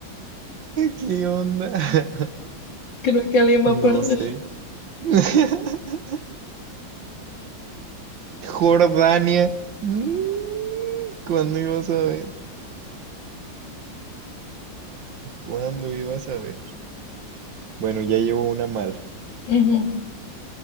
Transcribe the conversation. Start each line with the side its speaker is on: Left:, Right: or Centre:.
Right: ¿Qué onda? <laughs>
Left: Creo que alguien va
Right: No
Left: a perder.
Right: sé. <laughs> Jordania. Mm, ¿Cuándo ibas a ver? ¿Cuándo ibas a ver? Bueno, ya llevo una mal.
Left: Ujú.